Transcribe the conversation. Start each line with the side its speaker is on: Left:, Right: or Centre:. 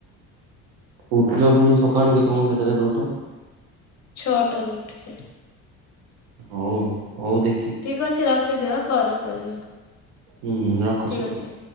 Right: ଉଠିଲ ପୁଣି ସକାଳୁ କେ ତମ କେତେଟାରେ ଉଠ?
Left: ଛଅଟାରୁ ଉଠିକେ
Right: ହଉ ହଉ ଦେ
Left: ଠିକ ଅଛି ରଖି ଦିଅ ପରେ କରିବା।
Right: ହୁଁ ହୁଁ ରଖ
Left: ଠିକ
Right: ସେପଟୁ।
Left: ଅଛି।